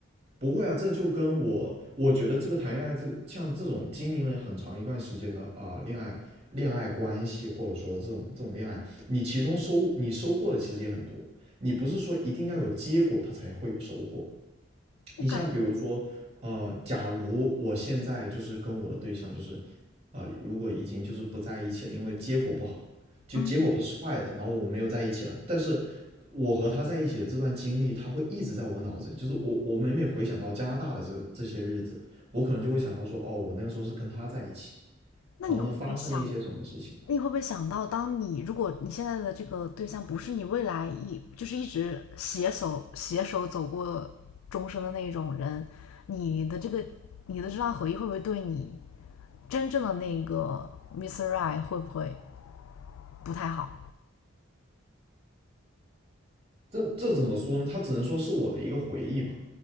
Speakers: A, on the right (about 30°); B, on the left (about 80°).
A: 不会啊，这就跟我，我觉得这个谈恋爱，这个像这种经营了很长一段时间的啊、恋爱恋爱关系，或者说这种这种恋爱，你其中收你收获的其实也很多，你不是说一定要有结果它才会有收获。
B: 我感，
A: 你像比如说，呃，假如我现在就是跟我的对象就是，呃，如果已经就是不在一起了，因为结果不好，就结果不是坏的，
B: 嗯，
A: 然后我们没有在一起了，但是我和他在一起的这段经历，他会一直在我脑子里，就是我我每每回想到加拿大的这这些日子，我可能就会想到说，哦，我那个时候是跟他在一起，
B: 那你会不会想
A: 然后呢发生了一些什么事情，
B: 你会不会想到，当你如果你现在的这个对象不是你未来一就是一直携手携手走过终生的那种人，你的这个你的这段回忆会不会对你真正的那个 Mr. i s Right 会不会不太好？
A: 这这怎么说呢？他只能说是我的一个回忆吧。